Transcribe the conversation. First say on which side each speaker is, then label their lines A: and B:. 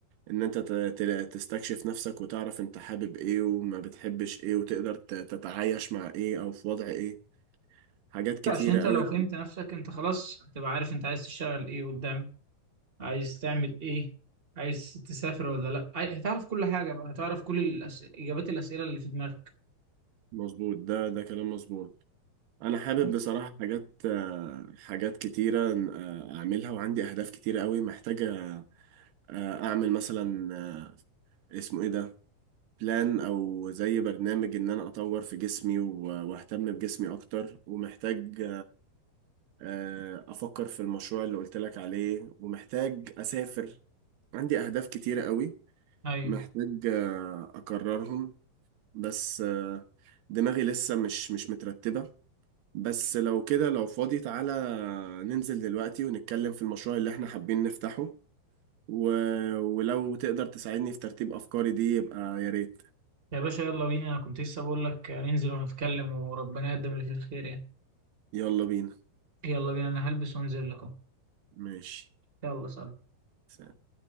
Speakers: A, on the right (about 80°); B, on the right (about 15°).
A: إن أنت ت- ت- تستكشف نفسك وتعرف أنت حابب إيه وما بتحبش إيه وتقدر ت- تتعايش مع إيه أو في وضع إيه حاجات كتيرة
B: عشان انت
A: قوي
B: لو فهمت نفسك انت خلاص هتبقى عارف انت عايز تشتغل ايه قدام عايز تعمل ايه عايز تسافر ولا لا عاي- هتعرف كل حاجة بقى هتعرف كل الأس... اجابات الاسئلة اللي في دماغك
A: مظبوط ده ده كلام مظبوط أنا حابب
B: بس
A: بصراحة حاجات آه، حاجات كتيرة آه، أعملها وعندي أهداف كتيرة قوي محتاجة آه، أعمل مثلا آه، اسمه إيه ده بلان او زي برنامج ان انا اطور في جسمي و- واهتم بجسمي اكتر ومحتاج آه، افكر في المشروع اللي قلت لك عليه ومحتاج اسافر عندي اهداف كتيرة قوي
B: ايوه
A: محتاج آه، اكررهم بس آه، دماغي لسه مش مش مترتبة بس لو كده لو فاضي تعالى ننزل دلوقتي ونتكلم في المشروع اللي احنا حابين نفتحه و... ولو تقدر تساعدني في ترتيب افكاري دي يبقى يا ريت
B: يا باشا يلا بينا انا كنت لسه بقول لك ننزل ونتكلم وربنا يقدم اللي فيه الخير يعني
A: يلا بينا
B: يلا بينا انا هلبس وانزل لك اهو
A: ماشي
B: يلا سلام
A: سلام.